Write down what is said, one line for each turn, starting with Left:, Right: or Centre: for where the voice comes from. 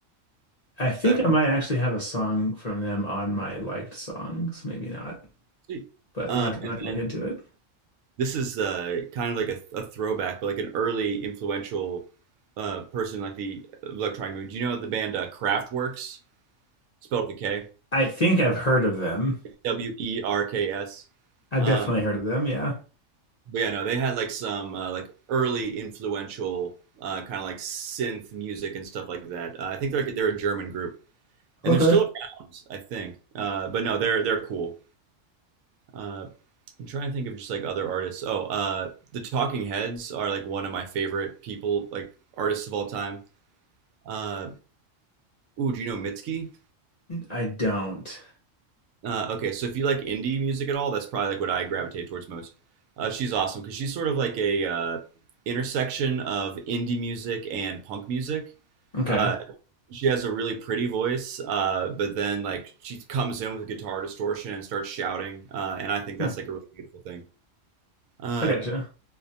Left: I think
Right: That
Left: I
Right: we
Left: might actually have a song from them on my liked songs. Maybe not,
Right: see.
Left: but
Right: Um,
Left: I'm not, I'm
Right: and
Left: not to look
Right: then
Left: into it.
Right: this is uh, kind of like a, a throwback, but like an early influential uh, person like the electronic movement. Do you know the band uh, Kraftwerks? Spelled with a K.
Left: I think I've heard of them.
Right: W E R K S.
Left: I've
Right: Um,
Left: definitely heard of them. Yeah.
Right: But yeah, no, they had like some uh, like early influential uh, kind of like synth music and stuff like that. Uh, I think they're like, they're a German group, and
Left: Okay.
Right: they're still around, I think. Uh, but no, they're they're cool. Uh, I'm trying to think of just like other artists. Oh, uh, the Talking Heads are like one of my favorite people, like artists of all time. Uh, ooh, do you know Mitski?
Left: I don't.
Right: Uh, okay, so if you like indie music at all, that's probably like what I gravitate towards most. Uh, she's awesome because she's sort of like a uh, intersection of indie music and punk music.
Left: Okay.
Right: Uh, she has a really pretty voice, uh, but then like she comes in with a guitar distortion and starts shouting, uh, and I think that's
Left: Hmm.
Right: like a really beautiful thing. Uh,
Left: I gotcha.